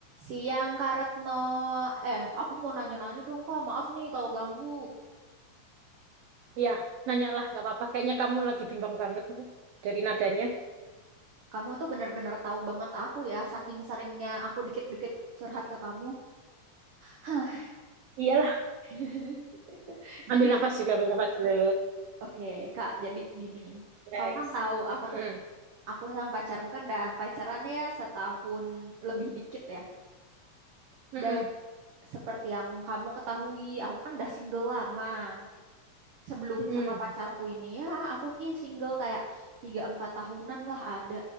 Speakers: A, on the right; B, on the right.
A: Siang Kak Retno, eh aku mau nanya-nanya dong Kak, maaf nih kalau ganggu.
B: Iya, nanya lah, nggak apa-apa. Kayaknya kamu lagi bimbang banget tuh dari nadanya.
A: Kamu tuh bener-bener tahu banget aku ya, saking seringnya aku dikit-dikit curhat ke kamu. Hah,
B: Iyalah,
A: <laughs>
B: Ambil
A: jadi
B: nafas dulu, ambil nafas dulu.
A: oke Kak, jadi gini.
B: Guys.
A: Kamu kan tahu aku
B: Mm-mm.
A: tuh, aku sama pacarku kan dah pacaran ya setahun lebih dikit ya. Dan
B: Mm-mm.
A: seperti yang kamu ketahui, aku kan udah single lama. sebelum
B: Mm-mm.
A: sama pacarku ini ya aku ki single kayak tiga empat tahunan lah ada